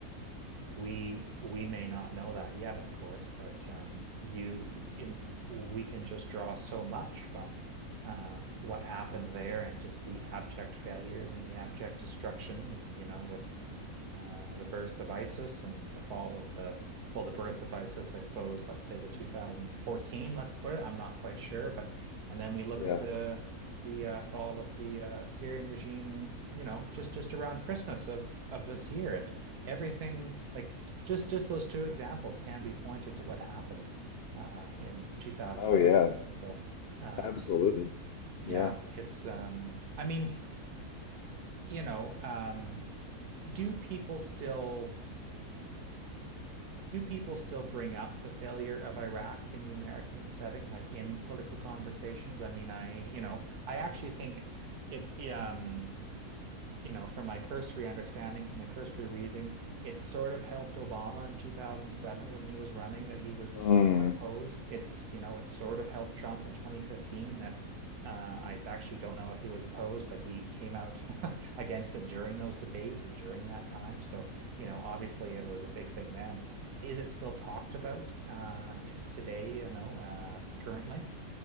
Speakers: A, on the right; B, on the left.
A: we we may not know that yet, of course, but um, you, you we can just draw so much from uh, what happened there and just the abject failures and the abject destruction, and you know, with uh, the birth of ISIS and the fall of the well, the birth of ISIS, I suppose. Let's say the 2014. Let's put it. I'm not quite sure, but and then we look
B: yeah.
A: at the the uh, fall of the uh, Syrian regime. You know, just just around Christmas of of this year and everything like just just those two examples can be pointed to what happened uh, in 2003.
B: Oh yeah,
A: So um,
B: absolutely. Yeah.
A: yeah, it's um, I mean, you know, um, do people still do people still bring up the failure of Iraq in the American setting, like in political conversations? I mean, I you know, I actually think it um you know, from my cursory understanding, from my cursory reading, it sort of helped Obama in 2007 when he was running that he was somewhat
B: Mm.
A: opposed. It's, you know, it sort of helped Trump in 2015 that uh, I actually don't know if he was opposed, but he came out <laughs> against it during those debates and during that time. So, you know, obviously it was a big thing then. Is it still talked about uh, today, you know, uh, currently?